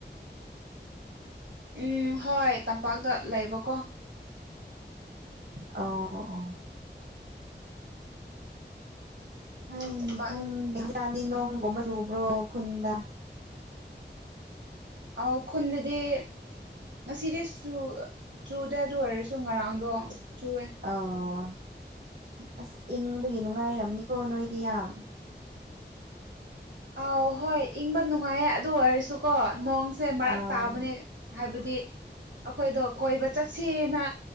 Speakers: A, on the right; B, on the right.
A: ꯎꯝ ꯍꯣꯏ ꯇꯝꯄꯥꯛꯇ ꯂꯩꯕꯀꯣ
B: ꯑꯣ ꯑꯣ <unintelligible>
A: ꯇꯝꯄꯥꯛ ꯑꯧ ꯈꯨꯟꯗꯗꯤ ꯉꯁꯤꯗꯤ ꯆꯨ ꯆꯨꯗꯦ ꯑꯗꯨ ꯑꯣꯏꯔꯁꯨ ꯉꯔꯥꯡꯗꯣ ꯆꯨꯋꯦ
B: ꯑꯧ ꯑꯁ ꯏꯪꯕꯒꯤ ꯅꯨꯡꯉꯥꯏꯔꯝꯅꯤꯀꯣ ꯅꯣꯏꯗꯤ ꯌꯥꯝ
A: ꯑꯥꯎ ꯍꯣꯏ ꯏꯪꯕ ꯅꯨꯡꯉꯥꯏꯌꯦ ꯑꯗꯨ ꯑꯣꯏꯔꯁꯨꯀꯣ ꯅꯣꯡꯁꯦ ꯃꯔꯛ
B: ꯑꯧ
A: ꯇꯥꯕꯅꯦ ꯍꯥꯏꯕꯗꯤ ꯑꯩꯈꯣꯏꯗꯣ ꯀꯣꯏꯕ ꯆꯠꯁꯦꯅ